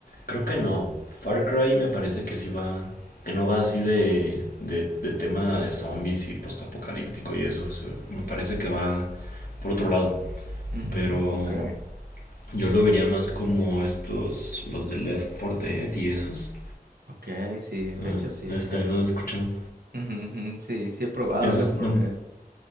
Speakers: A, on the left; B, on the right.
A: creo que no. Far Cry me parece que sí va, que no va así de, de, de tema de zombies y postapocalíptico y eso. se- me parece que va por otro lado,
B: Mhm.
A: pero
B: ok,
A: yo lo vería más como estos, los de Left 4 Dead y esos.
B: ok, sí, de
A: No
B: hecho
A: no
B: sí.
A: sé si también
B: he-
A: lo he escuchado.
B: ujú, ujú, sí, sí he probado
A: Y esos
B: Left 4
A: no,
B: Dead.